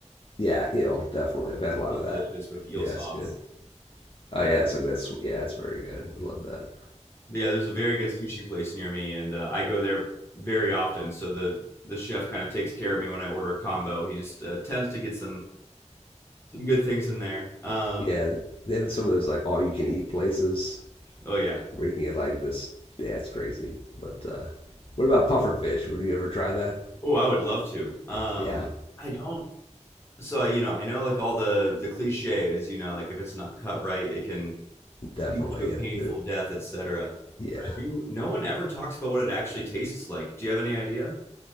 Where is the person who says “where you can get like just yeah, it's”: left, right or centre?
Left